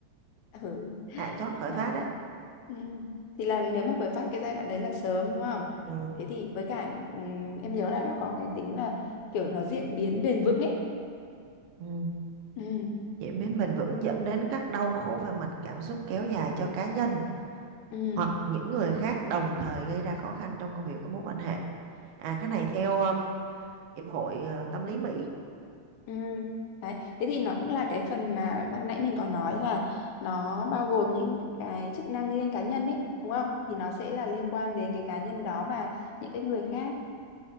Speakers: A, on the left; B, on the right.
A: <laughs> Ừ.
B: hạn chót khởi
A: Đấy.
B: phát đấy
A: Ừ. Thì là nếu mà khởi phát cái giai đoạn đấy là sớm đúng không?
B: ừ.
A: Thế thì với cả ừm, em nhớ là nó có cái tính là kiểu nó diễn biến bền vững ấy.
B: Ừ.
A: Ừ.
B: diễn biến bền vững dẫn đến các đau khổ về mặt cảm xúc kéo dài cho cá nhân
A: Ừ.
B: hoặc những người khác đồng thời gây ra khó khăn trong công việc các mối quan hệ à cái này theo um, hiệp hội ờ, tâm lý Mỹ
A: Ừ. Đấy. Thế thì nó cũng là cái phần mà ban nãy mình có nói là nó bao gồm những cái chức năng riêng cá nhân ấy, đúng không? Thì nó sẽ là liên quan đến cái cá nhân đó và những cái người khác.